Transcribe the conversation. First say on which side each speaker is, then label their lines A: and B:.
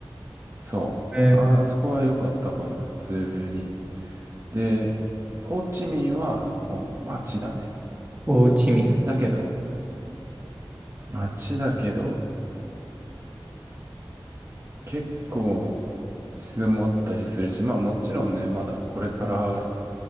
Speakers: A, on the right; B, on the right.
A: そう。
B: えー、
A: あ、あそこは良かったかな、普通に。で、ホーチミンはもう街だね。
B: ホーチミン。
A: だけど、街だけど、結構自然もあったりするし、まあもちろんね、まだこれから